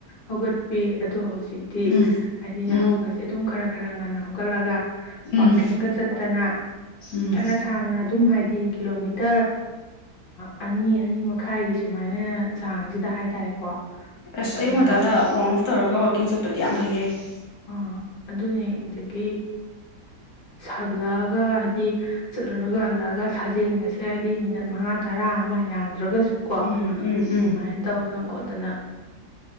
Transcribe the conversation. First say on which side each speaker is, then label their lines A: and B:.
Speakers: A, on the left (about 40°); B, on the left (about 70°).
A: ꯍꯧꯒꯠꯄꯤ ꯑꯗꯣ ꯍꯧꯖꯤꯛ ꯇꯤ
B: ꯎꯝ
A: ꯍꯥꯏꯗꯤ
B: ꯎꯝ
A: ꯌꯥꯍꯧꯒꯁꯦ ꯑꯗꯨꯝ ꯈꯔ ꯈꯔ ꯉꯟꯅ ꯍꯧꯒꯠꯂꯒ
B: ꯎꯝ
A: ꯋꯥꯀꯤꯡꯒ ꯆꯠꯇꯅ
B: ꯎꯝ
A: ꯐꯅ ꯁꯥꯡꯅ ꯑꯗꯨꯝ ꯍꯥꯏꯗꯤ ꯍꯥꯏꯗꯤ ꯀꯤꯂꯣꯃꯤꯇꯔ ꯑꯅꯤ ꯑꯅꯤ ꯃꯈꯥꯏꯒꯤ ꯁꯨꯃꯥꯏꯅ ꯆꯥꯡꯁꯤꯗ ꯍꯥꯏꯇꯥꯔꯦꯀꯣ ꯆꯠꯇꯅ
B: ꯑꯁ ꯑꯩꯌꯨꯛꯉꯟꯇꯥꯗ ꯋꯥꯔꯝ ꯑꯞ ꯇꯧꯔꯒ ꯀꯤꯡ ꯆꯠꯄꯗꯤ ꯌꯥꯝ ꯐꯩꯌꯦ <unintelligible>
A: ꯑꯥ ꯑꯗꯨꯅꯤ ꯑꯗꯒꯤ ꯁꯥꯒꯠꯂꯛꯑꯒ ꯍꯥꯏꯗꯤ ꯆꯠꯂꯨꯔꯒ ꯍꯜꯂꯛꯑꯒ ꯁꯥꯖꯦꯟꯒꯁꯦ ꯍꯥꯏꯗꯤ ꯃꯤꯅꯠ ꯃꯉꯥ ꯇꯔꯥ ꯑꯃ ꯌꯥꯝꯗ꯭ꯔꯒꯁꯨꯀꯣ
B: ꯎꯝ ꯎꯝ
A: ꯑꯗꯨꯃꯥꯏꯅ
B: ꯎꯝ
A: ꯇꯧꯗꯅ ꯈꯣꯠꯇꯅ